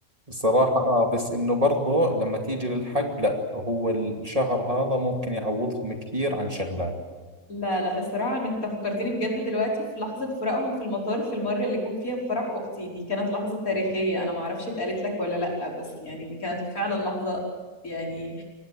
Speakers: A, on the right; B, on the left.
A: بصراحة آه بس إنه برضو لما تيجي للحق لا هو الشهر هذا ممكن يعوضهم كثير عن شغلات
B: لا لا الصراحة أنا أنت فكرتني بجد دلوقتي في لحظة فراقهم في المطار في المرة اللي جم فيها في فرح أختي دي كانت لحظة تاريخية أنا معرفش اتقالت لك ولا لأ بس يعني دي كانت فعلا لحظة يعني